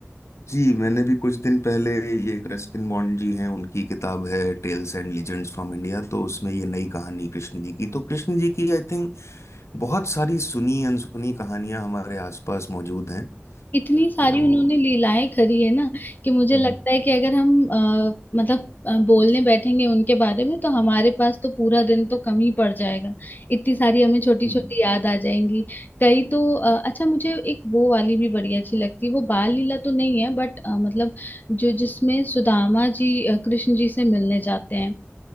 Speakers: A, on the left; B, on the left.
A: जी मैंने भी कुछ दिन पहले ये एक रस्किन बॉन्ड जी हैं उनकी किताब है tales and legends from India तो उसमें ये नई कहानी कृष्ण जी की तो कृष्ण जी की आई थिंक बहुत सारी सुनी अनसुनी कहानियां हमारे आसपास मौजूद हैं
B: इतनी सारी
A: तो
B: उन्होंने लीलाएं करी है ना कि मुझे
A: हम्म
B: लगता है कि अगर हम अ, मतलब अ, बोलने बैठेंगे उनके बारे में तो हमारे पास तो पूरा दिन तो कम ही पड़ जाएगा इतनी सारी हमें छोटी
A: हम्म
B: छोटी याद आ जाएंगी कई तो अ, अच्छा मुझे एक वो वाली भी बड़ी अच्छी लगती है वो बाल लीला तो नहीं है बट मतलब जो जिसमें सुदामा जी अ, कृष्ण जी से मिलने जाते हैं